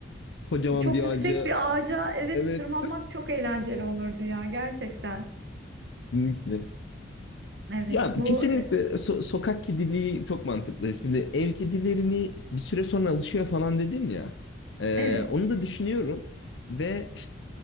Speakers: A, on the left; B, on the right.
A: kocaman
B: çok
A: bir
B: yüksek
A: ağaca.
B: bir ağaca evet
A: Evet,
B: tırmanmak çok eğlenceli olurdu ya gerçekten.
A: kesinlikle.
B: Evet,
A: Ya
B: bu
A: kesinlikle
B: e,
A: so- sokak kediliği çok mantıklı. Şimdi ev kedilerini bir süre sonra alışıyor falan dedin ya. Ee,
B: evet.
A: onu da düşünüyorum. Ve işte